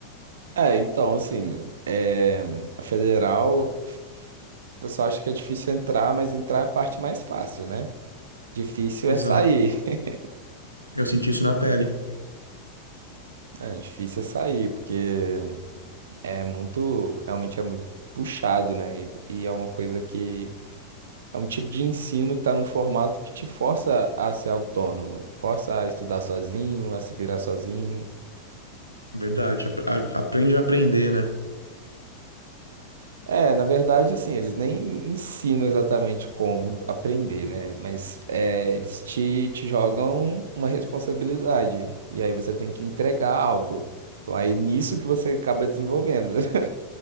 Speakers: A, on the right; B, on the right.
A: é, então, assim, é, a federal, f- f- o pessoal acha que é difícil entrar, mas entrar é a parte mais fácil, né? Difícil
B: Exato.
A: é sair. <laughs>
B: Eu senti isso na pele,
A: É, difícil é sair, porque é muito, realmente é muito puxado, né? E, e é uma coisa que É um tipo de ensino que está num formato que te força a ser autônomo, força a estudar sozinho, a se virar sozinho.
B: verdade. Ap- a- Aprende a aprender, né?
A: É, na verdade, assim, eles nem ensinam exatamente como aprender, né? Mas é, eles te, te jogam uma responsabilidade, e aí você tem que entregar algo. Então, aí nisso que você acaba desenvolvendo. <laughs>